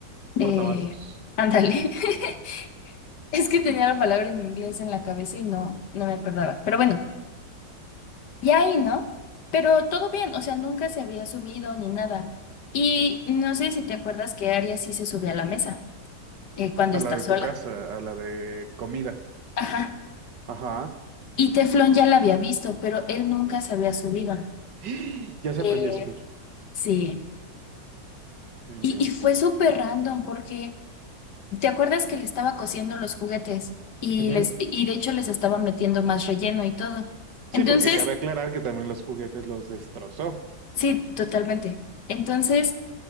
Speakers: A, on the left; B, on the right.
A: Eh,
B: Portavasos.
A: ándale. <laughs> Es que tenía la palabra en inglés en la cabeza y no, no me acordaba. Pero bueno. Y ahí, ¿no? Pero todo bien, o sea, nunca se había subido ni nada. Y no sé si te acuerdas que Aria sí se subió a la mesa eh, cuando
B: A
A: está
B: la de
A: sola.
B: tu casa, a la de comida.
A: Ajá.
B: Ajá.
A: Y Teflón ya la había visto, pero él nunca se había subido.
B: <gasps> Ya se
A: Eh,
B: aprendió a subir.
A: sí.
B: No inventes.
A: Y, y fue súper random porque, ¿te acuerdas que le estaba cociendo los juguetes? Y,
B: Ujú.
A: les, y de hecho les estaba metiendo más relleno y todo.
B: Sí,
A: Entonces,
B: porque cabe aclarar que también los juguetes los destrozó.
A: sí, totalmente. Entonces,